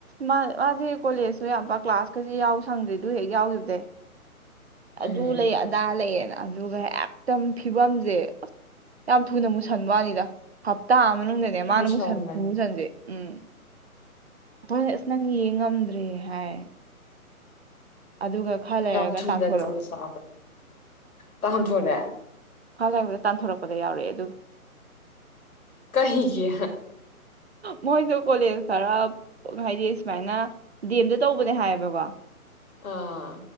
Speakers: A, on the right; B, on the left.
A: ꯃꯥ ꯃꯥꯁꯦ ꯀꯣꯂꯦꯖꯁꯨ ꯌꯥꯝꯕ ꯀ꯭ꯂꯥꯁꯀꯁꯤ ꯌꯥꯎ ꯁꯪꯗ꯭ꯔꯤꯗꯨ ꯍꯦꯛ ꯌꯥꯎꯈꯤꯕꯗꯩ ꯑꯗꯨ
B: ꯎꯝ
A: ꯂꯩ ꯑꯗꯥ ꯂꯩꯌꯦꯅ ꯑꯗꯨꯒ ꯍꯦꯛ ꯝ ꯐꯤꯕꯝꯁꯦ ꯑꯁ ꯌꯥꯝ ꯊꯨꯅ ꯃꯨꯁꯟꯕꯅꯤꯗ ꯍꯥꯞꯇꯥ ꯑꯃ ꯖꯅꯦ ꯃꯥꯅ
B: ꯃꯨꯁꯜꯃꯟ
A: ꯃꯁ ꯃꯨꯁꯥꯟꯁꯦ ꯎꯝ ꯍꯣꯏꯅꯦ ꯑꯁ ꯅꯪ ꯌꯦꯡꯉꯝꯗ꯭ꯔꯦ ꯍꯥꯏ ꯑꯗꯨꯒ ꯈꯔ ꯂꯩꯔꯒ
B: ꯊ
A: ꯇꯥꯟꯊꯣꯔꯛꯎ
B: ꯆ ꯁꯥ ꯇ ꯊꯣꯛꯣꯔꯦ
A: ꯏꯜ ꯍꯥꯏꯕꯗ ꯇꯥꯟꯊꯣꯔꯛꯄꯗ ꯌꯥꯎꯔꯛꯑꯦ ꯑꯗꯨ
B: ꯀꯍꯤꯒꯤ
A: ꯃꯣꯏꯗꯣ ꯀꯣꯂꯦꯖ ꯈꯔ ꯍꯥꯏꯗꯤ ꯁꯨꯃꯥꯏꯅ ꯗꯤ ꯑꯦꯝꯗ ꯇꯧꯕꯅꯦ ꯍꯥꯏꯌꯦꯕꯀꯣ
B: ꯑꯥ